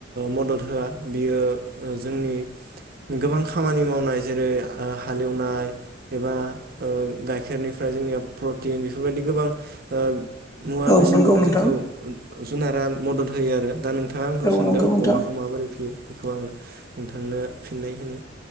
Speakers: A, on the right (about 50°); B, on the left (about 15°).
A: मदद होआ बियो ओ जोंनि गोबां खामानि मावनाय जेरै हालेवनाय एबा ओ गाइखेरनिफ्राय जोंनिया प्रटिन बेफोरबायदि गोबां ओ मुवा
B: औ
A: बेसादावनो
B: नंगौ नोंथां
A: जोंखौ जुनारा मदद होयो आरो दा नों नोंथाङा आंखौ
B: औ
A: सोंदों
B: नंगौ नोंथां
A: अमाखौ माबोरै फियो बेखौ आङो नोंथांनो फिननाय होननि